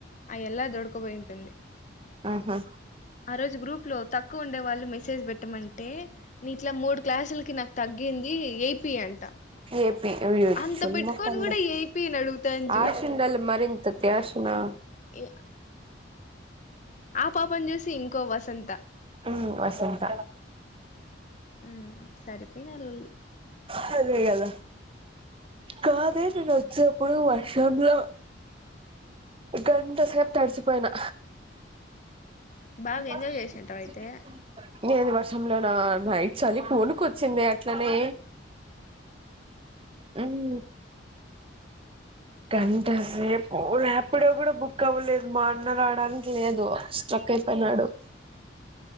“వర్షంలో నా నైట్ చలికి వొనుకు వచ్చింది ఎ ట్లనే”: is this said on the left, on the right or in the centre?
Right